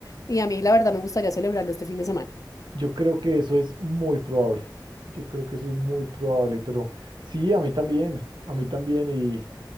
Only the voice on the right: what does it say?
Yo creo que eso es muy probable. Yo creo que eso es muy probable, pero sí, a mí también, a mí también y